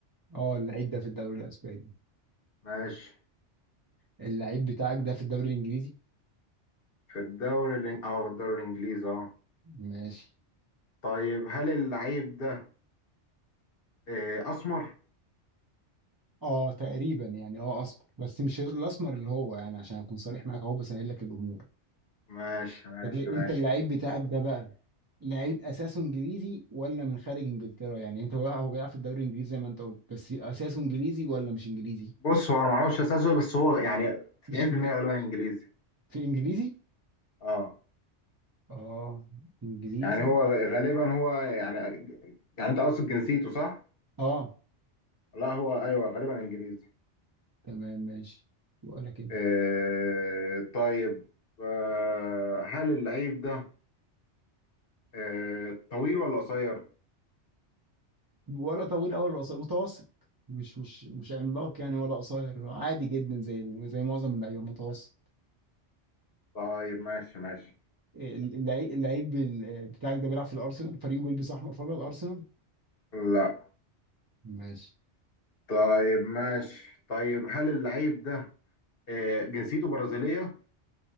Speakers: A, on the right; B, on the left.
A: اه اللعيب ده في الدوري الاسباني
B: ماشي
A: اللعيب بتاعك ده في الدوري الانجليزي
B: في الدوري الإنج... اه في الدوري الانجليزي اه
A: ماشي
B: طيب هل اللعيب ده إيه اسمر؟
A: اه تقريبا يعني اه اسمر بس مش الاسمر اللي هو يعني عشان اكون صريح معاك اهو بسهل لك الامور
B: ماشي ماشي
A: طب إيه-
B: ماشي
A: انت اللعيب بتاعك ده بقى لعيب اساسه انجليزي ولا من خارج انجلترا يعني انت بقى هو بيلعب في الدوري الانجليزي زي ما انت قلت بس اساسه انجليزي ولا مش انجليزي
B: بص هو انا ما اعرفش اساسه بس هو يعني 90%
A: مش انجليزي
B: غالبا انجليزي
A: في انجليزي
B: اه
A: اه انجليزي
B: يعني هو غالبا هو يعني يعني انت قصد جنسيته صح؟
A: اه
B: لا هو ايوه غالبا انجليزي
A: تمام ماشي وقالك انت
B: إيه طيب آه، هل اللعيب ده آه، طويل ولا قصير؟
A: ولا طويل قوي ولا قصير متوسط مش مش مش عملاق يعني ولا قصير عادي جدا زي زي معظم اللعيبه متوسط
B: طيب ماشي ماشي
A: ال- اللعيب اللعيب ال- بتاعك ده بيلعب في الارسنال فريقه بيلبس احمر فابيض ارسنال
B: لا
A: ماشي
B: طيب ماشي طيب هل اللعيب ده آه، جنسيته برازيلية؟